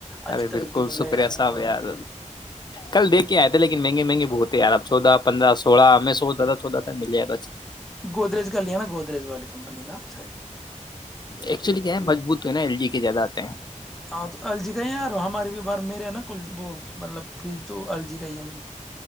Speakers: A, in the centre; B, on the left.
A: اچھی
B: ارے
A: طرح
B: بالکل
A: کی ملے
B: شکریہ صاحب
A: اور
B: یار کل دیکھ کے آئے تھے لیکن مہنگے مہگے بہت ہیںیار ا چودہ پندرہ سولہ ہمیں سو زہ چودہ تک مل جاتا
A: گودریج کا لیا نا گودریج والی کمپنی کا <inaudible>
B: ایکچولی کیا ہے مجبوط ہو ہے نا ایلی زیاداد
A: ہاں تو الجی کہیں یار ہماری بھی بار میرے نا کل وہ مطلب پری تو الرجی کہئی ہے ہم